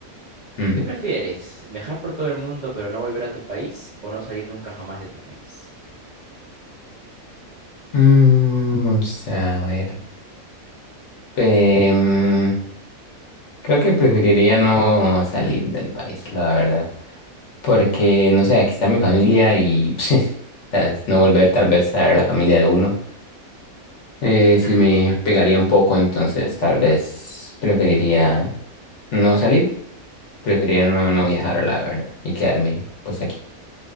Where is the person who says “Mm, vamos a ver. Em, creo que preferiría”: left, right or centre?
Left